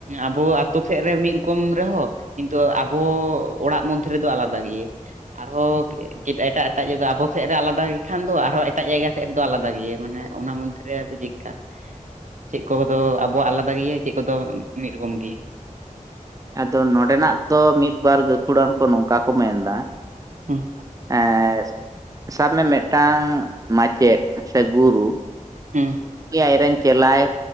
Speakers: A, on the right (about 65°); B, on the right (about 25°).
A: ᱟᱵᱚ ᱛᱚᱯᱷᱮᱫ ᱨᱮ ᱢᱤᱫ ᱨᱚᱠᱚᱢ ᱨᱮᱦᱚᱸ ᱠᱤᱱᱛᱩ ᱟᱵᱚ ᱚᱲᱟᱜ ᱢᱚᱫᱽᱫᱷᱮ ᱨᱮᱫᱚ ᱟᱞᱟᱫᱟ ᱜᱮ ᱟᱨᱦᱚᱸ ᱮᱴᱟᱜ ᱮᱴᱟᱜ ᱡᱟᱭᱜᱟ ᱟᱵᱚ ᱥᱮᱫ ᱨᱮ ᱟᱞᱟᱫᱟ ᱜᱮᱠᱷᱟᱱ ᱫᱚ ᱟᱨᱦᱚᱸ ᱮᱴᱟᱜ ᱡᱟᱭᱜᱟ ᱥᱮᱫ ᱫᱚ ᱟᱞᱟᱫᱟ ᱜᱮ ᱢᱟᱱᱮ ᱚᱱᱟ ᱢᱚᱫᱽᱫᱷᱮ ᱨᱮᱫᱚ ᱪᱮᱫᱠᱟ ᱪᱮᱫ ᱠᱚᱫᱚ ᱟᱵᱚᱣᱟᱜ ᱟᱞᱟᱫᱟ ᱜᱮᱭᱟ ᱪᱮᱫ ᱠᱚᱫᱚ ᱢᱤᱫ ᱨᱚᱠᱚᱢ ᱜᱮ
B: ᱟᱫᱚ ᱱᱚᱰᱮᱱᱟᱜ ᱫᱚ ᱢᱤᱫ ᱵᱟᱨ ᱜᱟᱹᱠᱷᱩᱲᱟᱱ ᱠᱚ ᱱᱚᱝᱠᱟ ᱠᱚ ᱢᱮᱱᱫᱟ
A: ᱦᱚᱸ
B: ᱮᱸ ᱥᱟᱵ ᱢᱮ ᱢᱤᱫᱴᱟᱝ ᱢᱟᱪᱮᱫ ᱥᱮ ᱜᱩᱨᱩ
A: ᱦᱩᱸ
B: ᱥᱮ ᱟᱡ ᱨᱮᱱ ᱪᱮᱞᱟᱭ